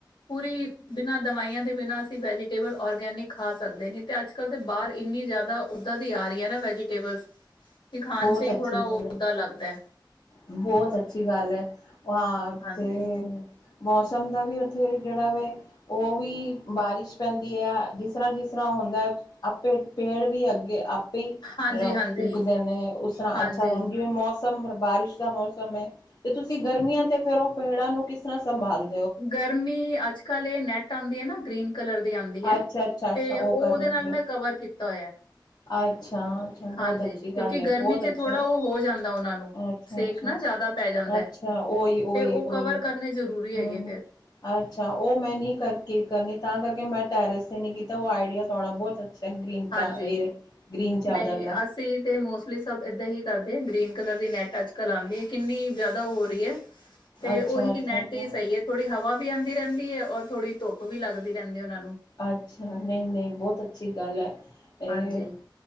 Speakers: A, on the left; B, on the left.
A: ਪੂਰੀ ਬਿਨਾਂ ਦਵਾਈਆਂ ਦੇ, ਬਿਨਾਂ ਅਸੀਂ ਵੈਜੀਟੇਬਲ ਔਰਗੈਨਿਕ ਖਾ ਸਕਦੇ ਨਹੀ ਤੇ ਅੱਜ ਅੱਜ-ਕਲ ਤੇ ਬਾਹਰ ਇੰਨੀ ਜਿਆਦਾ ਓਦਾਂ ਦੀ ਆ ਰਹੀ ਆ ਨਾ <inaudible> ਕਿ ਖਾਣ'ਚ
B: ਬਹੁਤ
A: ਹੀ
B: ਅੱਛੀ
A: ਥੋੜਾ, ਓ
B: ਗੱਲ
A: ਓਦਾਂ ਲੱਗਦੈ।
B: ਬਹੁਤ ਅੱਛੀ ਗੱਲ ਏ, ਹਾਂ,
A: ਹਾਂਜੀ
B: ਤੇ ਮੌਸਮ ਦਾ ਵੀ ਉੱਥੇ, ਜਿਹੜਾ ਵੇ ਓਹ ਵੀ ਬਾਰਿਸ਼ ਪੈਂਦੀ ਆ, ਜਿਸ ਤਰ੍ਹਾਂ ਜਿਸ ਤਰ੍ਹਾਂ ਹੁੰਦੈ ਆਪੇ, ਪੇੜ ਵੀ ਅੱਗੇ ਆਪੇ ਈ
A: ਹਾਂਜੀ ਹਾਂਜੀ
B: ਉੱਗਦੇ ਨੇ, ਉਸ ਤਰ੍ਹਾਂ
A: ਹਾਂਜੀ
B: ਅੱਛਾ ਹੁਣ ਵੀ ਜਿਵੇਂ ਮੌਸਮ, ਬਾਰਿਸ਼ ਦਾ ਮੌਸਮ ਏ, ਤੇ ਤੁਸੀਂ ਗਰਮੀਆਂ ਤੇ ਫੇਰ ਉਹ ਪੇੜਾਂ ਨੂੰ ਕਿਸ ਤਰ੍ਹਾਂ ਸੰਭਾਲ
A: ਗਰਮੀ, ਅੱਜ-ਕੱਲ ਇਹ ਨੈੱਟ ਆਂਦੀ ਆ ਨਾ, ਗ੍ਰੀਨ ਕਲਰ ਦੀ ਆਂਦੀ ਐ,
B: ਅੱਛਾ ਅੱਛਾ
A: ਤੇ
B: ਅੱਛਾ
A: ਉਹ ਉਹਦੇ
B: ਕਰ ਲੈਂਦੇ
A: ਨਾਲ ਮੈਂ ਕਵਰ ਕੀਤਾ ਹੋਇਆ।
B: ਅੱਛਾ ਅੱਛਾ ਬਹੁਤ
A: ਹਾਂਜੀ,
B: ਅੱਛੀ
A: ਕਿਉਂਕਿ
B: ਗੱਲ ਹੈ
A: ਗਰਮੀ'ਚ
B: ਬਹੁਤ ਅੱਛਾ
A: ਥੋੜ੍ਹਾ ਉਹ ਹੋ ਜਾਂਦਾ ਉਹਨਾਂ ਨੂੰ।
B: ਅੱਛਾ
A: ਸੇਕ
B: ਅੱਛਾ
A: ਨਾ ਜ਼ਿਆਦਾ ਪੈ ਜਾਂਦਾ
B: ਅੱਛਾ
A: ਐ,
B: ਉਹੀ ਉਹੀ
A: ਤੇ ਉਹ
B: ਉਹੀ
A: ਕਵਰ ਕਰਨੇ ਜ਼ਰੂਰੀ
B: ਹਮ
A: ਹੇਗੇ।
B: ਅੱਛਾ, ਉਹ ਮੈਂ ਨਹੀਂ ਕਰਕੇ ਕਰਨੀ, ਤਾਂ ਕਰਕੇ ਮੈਂ ਟੈਰਿਸ ਨੀ ਕੀਤਾ, ਉਹ ਆਈਡੀਆ ਥੋੜ੍ਹਾ ਬਹੁਤ ਅੱਛਾ ਗ੍ਰੀਨ
A: ਹਾਂਜੀ
B: ਗ੍ਰੀਨ ਚਾਦਰ
A: ਨਹੀਂ,
B: ਦਾ
A: ਅਸੀਂ ਤੇ ਮੋਸਟਲੀ ਸਭ ਇਏਦਾਂ ਹੀ ਕਰਦੇ, ਗ੍ਰੀਨ ਕਲਰ ਦੀ ਨੈਟ ਅੱਜ ਕਲ ਆਉਂਦੀ ਹੈ, ਕਿੰਨੀ ਜ਼ਿਆਦਾ ਉਹ ਹੋ ਰਹੀ ਹੈ ਤੇ
B: ਅੱਛਾ
A: ਉਹੀ,
B: ਅੱਛਾ
A: ਨੈਟ
B: ਅੱਛਾ
A: ਹੀ ਸਹੀ ਹੈ ਥੋੜ੍ਹੀ ਹਵਾ ਵੀ ਆਉਂਦੀ ਰਹਿੰਦੀ ਹੈ, ਔਰ ਥੋੜੀ ਧੁੱਪ ਵੀ ਲੱਗਦੀ ਰਹਿੰਦੀ ਹੈ ਉਹਨਾ ਨੂੰ।
B: ਅੱਛਾ, ਨਹੀਂ ਨਹੀਂ, ਬਹੁਤ ਅੱਛੀ ਗੱਲ ਹੈ ਇਹ।
A: ਹਾਂਜੀ